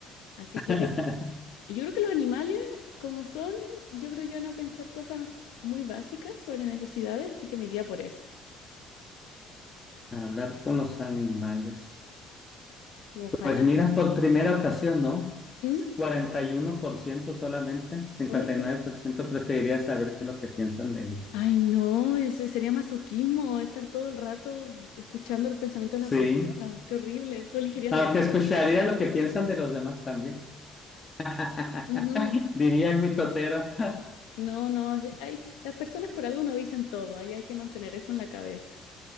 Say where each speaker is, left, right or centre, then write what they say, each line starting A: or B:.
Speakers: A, on the left; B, on the left.
A: Así
B: <laughs>
A: que yo creo que los animales, como son, yo creo que van a pensar cosas muy básicas sobre necesidades, así que me iría por esa.
B: Hablar con los animales.
A: Como ojalá.
B: Pues mira, por primera ocasión, ¿no?
A: ¿Mm?
B: 41% solamente, cincuenta
A: Ay,
B: y
A: qué
B: nueve
A: raro.
B: por ciento preferiría saber qué es lo que piensan de ellos.
A: Ay, no, ese sería masoquismo, estar todo el rato escuchando los pensamientos
B: Sí,
A: de las personas. Qué horrible. Tú elegirías
B: aunque
A: la otra.
B: escucharía lo que piensan de los demás también. <laughs>
A: Ujú.
B: Diría el mitotero. <laughs>
A: No, no, hay, las personas por algo no dicen todo, ahí hay que mantener eso en la cabeza.